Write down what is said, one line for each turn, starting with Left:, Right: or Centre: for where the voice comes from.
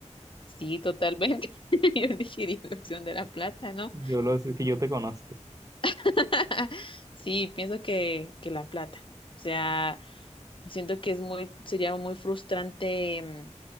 Left: Sí, totalmente. <laughs> Yo elegiría la opción de la plata, ¿no?
Right: Yo lo sé, que yo te conozco.
Left: <laughs> Sí, pienso que, que la plata. O sea, siento que es muy, sería muy frustrante, mm,